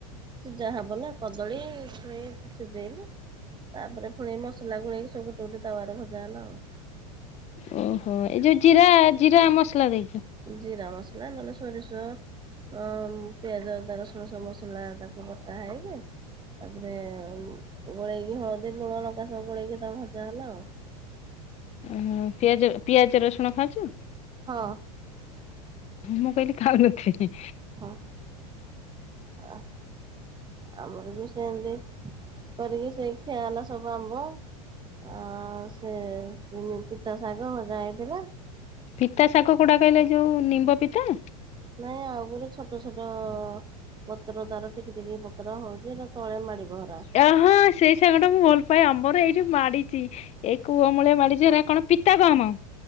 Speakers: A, on the right; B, on the left.
A: ସିଝା ହବ ନା କଦଳୀ ଛୁଇଁ ସିଝେଇଲେ ତାପରେ ପୁଣି ମସଲା ଗୁଳେଇକି ସବୁ ଗୁଟେ ଗୁଟେ ତାୱାରେ ଭଜା ହେଲା ଆଉ।
B: ଓ ହୋ ଏଇ ଯୋଉ ଜିରା ଜିରା ମସଲା ଦେଇକି?
A: ଜିରା ମସଲା ନହେଲେ ସୋରିଷ? ଅଂ ପିଆଜ ଅଦା ରସୁଣ ସବ୍ ମସଲା ତାକୁ ବଟା ହେଇକି ତାପରେ ଗୋଳେଇକି ହଳଦୀ ଲୁଣ ଲଙ୍କା ସବୁ ଗୋଳେଇକି ତାକୁ ଭଜା ହେଲା। ଁ <inaudible>
B: ଓ ହ ପିଆଜ ପିଆଜ ରସୁଣ ଖାଉଛୁ।
A: ହଁ।
B: ମୁଁ କହିଲି ଖାଉନଥିବେ।
A: ହଁ ଆ। ଆମର ବି ସେମତି କରିକି ସେଇ ଖିଆ ହେଲା ସବୁ ଆମ୍ବ। ଆ ସେ ନି ପିତା ଶାଗ ଭଜା ହେଇଥିଲା।
B: ପିତା ଶାଗ କଉଟା କହିଲେ ଯୋଉ ନିମ୍ବ ପିତା।
A: ନାଇଁ ଆଉଗୁରେ ଛୋଟ ଛୋଟ ପତ୍ର ତାର ଟିକି ଟିକି ପତ୍ର ହଉଛି ତଳେ ମାଡିିବ ହେରା।
B: ଏ ହଁ ସେଇ ଶାଗଟା ମୁଁ ଭଲ ପାଏ ଆମର ଏଇଠି ମାଡିଚି। ଏ କୁଅମୂଳେ ମାଡ଼ିଚି ଏରା କଣ ପିତା ଗହମ।